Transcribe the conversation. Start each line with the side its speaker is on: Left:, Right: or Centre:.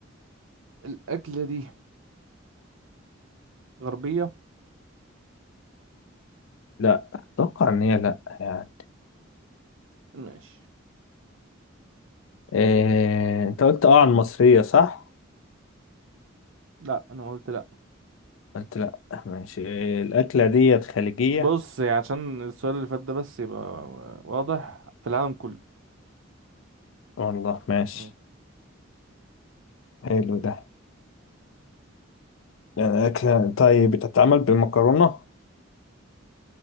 Right: الاكلة دي غربية
Left: لا اتوقع ان هي لا يعني
Right: ماشي
Left: إيه... انت قلت اه عن مصريه صح
Right: لا انا قلت لا
Left: قلت لا ماشي الأكلة ديت خليجية
Right: بص يعني عشان السؤال اللي فات ده بس يبقى واضح في العالم كله
Left: والله ماشي
Right: مم.
Left: حلو ده يعني أكلة طيب بتتعمل بمكرونة